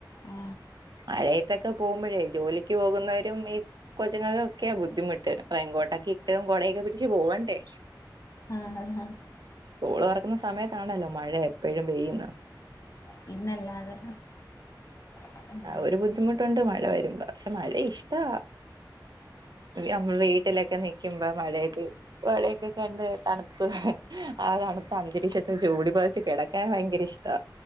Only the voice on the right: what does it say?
മഴയത്തൊക്കെ പോകുമ്പോഴേ ജോലിക്ക് പോകുന്നവരും ഈ കൊച്ചുങ്ങളെ ഒക്കെയ ബുദ്ധിമുട്ട് റേയിൻകോട്ടൊക്കെ ഇട്ട് കൊടയൊക്കെ പിടിച്ചു പോവണ്ടേ
സ്കൂള് തുറക്കുന്ന സമയത്താണല്ലോ മഴ എപ്പോഴും പെയ്യുന്ന
ആഹ് ഒരു ബുദ്ധിമുട്ടുണ്ട് മഴ വരുമ്പോ പക്ഷേ മഴ ഇഷ്ട വാ നമ്മൾ വീട്ടിലൊക്കെ നിക്കുമ്പോ മഴയത്ത് മഴയൊക്കെ കണ്ട് തണുത്തു ആഹ് തണുത്ത അന്തരീക്ഷം ചൂടി പുതച്ച് കിടക്കാൻ ഭയങ്കര ഇഷ്ടാ